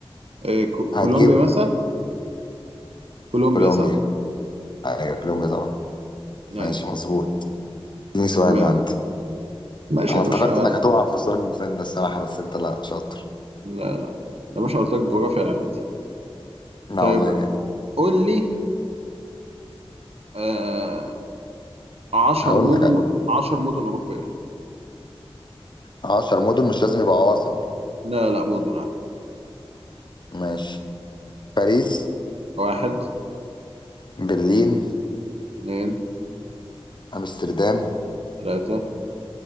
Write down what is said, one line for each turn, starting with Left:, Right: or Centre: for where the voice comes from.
Right: إيه كو- كولومبيا
Left: هتجيب
Right: مثلا كولومبيا
Left: كولومبيا
Right: صح
Left: ايوه كولومبيا طبعا
Right: ايوه
Left: ماشي مظبوط اديني سؤال
Right: ما-
Left: بقى انت
Right: ماشي
Left: انا
Right: يا
Left: افتكرت
Right: باشا
Left: انك هتقع في السؤال اللي فات ده الصراحة بس انت لا شاطر
Right: لا لا يا باشا قلت لك جغرافيا لعبتي
Left: لا
Right: طيب
Left: والله جامد
Right: قول لي آه عشر
Left: هقول
Right: مدن
Left: لك انا
Right: عشر مدن أوروبية
Left: عشر مدن مش لازم يبقى عواصم
Right: لا لا مدن عادي
Left: ماشي باريس
Right: واحد
Left: برلين
Right: اتنين
Left: امستردام
Right: تلاتة